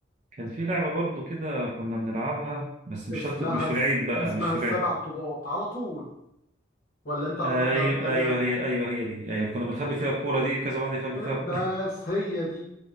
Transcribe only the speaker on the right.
كان في لعبة برضو كده كنا بنلعبها بس مش
شرط مش في العيد بقى
مش في
العيد
أيوة
أيوة هي أيوة هي دي أيوة كنا بنخبي فيها الكورة دي كذا واحد يخبي فيها الكورة.